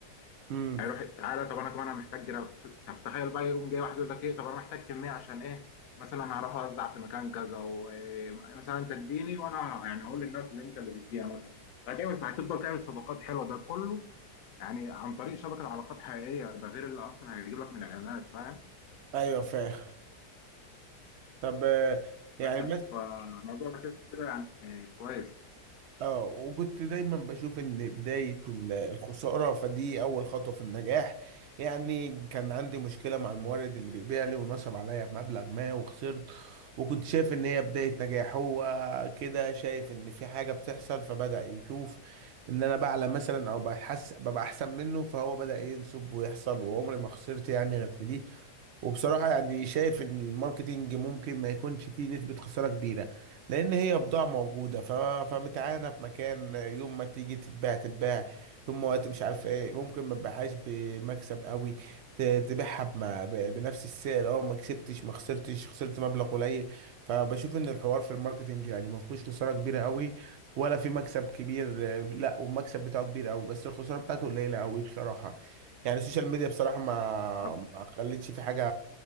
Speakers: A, on the right; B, on the left.
A: امم
B: هيروح تعالى طب انا كمان انا محتاج جراب طب تخيل بقى يقوم جاي واحد يقول لك ايه طب انا محتاج كميه عشان ايه مثلا هروح اوزع في مكان كذا ومثلا انت اديني وانا يعني هقول للناس اللي انت اللي بتديها مثلا فهتعمل فهتفضل تعمل صفقات حلوه ده كله يعني عن طريق شبكه علاقات حقيقيه ده غير اللي اصلا هيجيب لك من الاعلانات فاهم
A: ايوه فاهم طب آه، يعني
B: بس فالموضوع ده كده يعني كويس
A: اه وكنت دايما بشوف ان بداية ال- الخسارة فدي اول خطوة في النجاح يعني كان عندي مشكلة مع المورد اللي بيبيع لي ونصب عليا بمبلغ ما وخسرت وكنت شايف ان هي بداية نجاح هو كده شايف ان في حاجة بتحصل فبدأ يشوف ان انا بعلى مثلا او بحس ببقى احسن منه فهو بدأ ينصب ويحصل وعمري ما خسرت يعني غير في دي وبصراحة يعني شايف ان الماركتينج ممكن ما يكونش فيه نسبة خسارة كبيرة لان هي بضاعة موجودة ف... فمتعانة في مكان يوم ما تيجي تتباع تتباع يوم ما وقت مش عارف ايه ممكن ما تبيعهاش بمكسب قوي ت... تبيعها بما... ب... بنفس السعر اه ما كسبتش ما خسرتش خسرت مبلغ قليل فبشوف ان الحوار في الماركتينج يعني ما فيهوش خسارة كبيرة قوي ولا في مكسب كبير لا والمكسب بتاعه كبير قوي بس الخسارة بتاعته قليلة قوي بصراحة يعني السوشيال ميديا بصراحة ما
B: طب
A: ما خلتش في حاجة